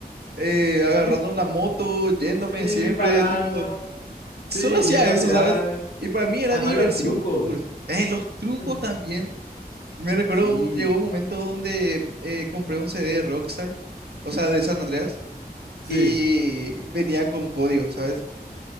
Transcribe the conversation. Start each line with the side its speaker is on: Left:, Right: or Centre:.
Right: eh, agarrando
Left: di-
Right: una moto, yéndome
Left: sí, disparando.
Right: siempre, tipo, solo
Left: Sí, y
Right: hacía
Left: en esta
Right: eso,
Left: ciudad.
Right: ¿sabes? Y para mí era
Left: Además,
Right: diversión
Left: los trucos.
Right: pura. Eh, los trucos
Left: los-
Right: también. Me recuerdo,
Left: Sí,
Right: un- llegó un momento donde eh, compré un CD de Rockstar, o sea, de San Andreas
Left: sí.
Right: y venía con código, ¿sabes?